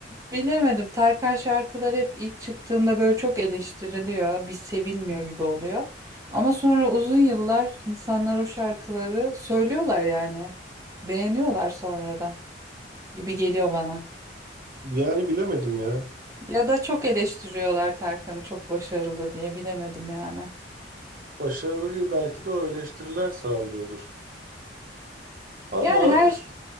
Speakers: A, on the right; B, on the right.
A: bilemedim. Tarkan şarkıları hep ilk çıktığında böyle çok eleştiriliyor. Bir sevilmiyor gibi oluyor. Ama sonra uzun yıllar insanlar o şarkıları söylüyorlar yani. Beğeniyorlar sonradan gibi geliyor bana.
B: Yani bilemedim ya.
A: Ya da çok eleştiriyorlar Tarkan'ı çok başarılı diye bilemedim yani.
B: Başarıyı belki de o eleştiriler sağlıyordur. Ama
A: Yani her
B: ş-